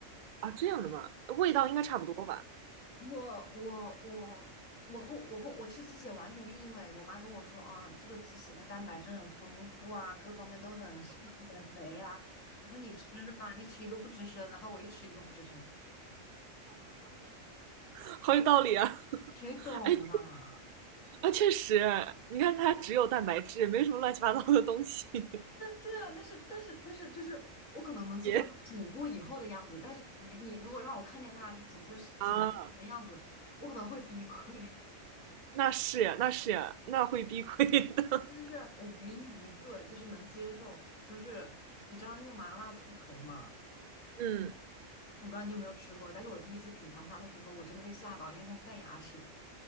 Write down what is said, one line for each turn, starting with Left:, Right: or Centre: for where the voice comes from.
Right: 啊，这样的吗？味道应该差不多吧？
Left: 我我我我后我后我吃鸡血完全是因为我妈跟我说啊，这个鸡血它蛋白质很丰富啊，各方面都很适合减肥啊。她说你吃吧，一吃一个不吱声，然后我一吃一个不吱声，
Right: <laughs> 好有道理啊！
Left: 谁懂啊？
Right: 哎啊，确实，你看它只有蛋白质，没什么乱七八糟的东西。<laughs>
Left: 对啊，但是但是但是，就是我可能能接受它煮过以后的样子，
Right: 姐
Left: 但是你你如果让我看见它就煮出煮之前的样子，
Right: 啊，
Left: 我可能会崩溃。
Right: 那是呀，那是呀，那会避亏的。
Left: <laughs> 但是我唯一一个就是能接受，就是你知道那个麻辣兔头嘛？
Right: <laughs> 嗯，
Left: 我不知道你有没有吃过，但是我第一次品尝它的时候，我真的被吓到，因为它是带牙齿的。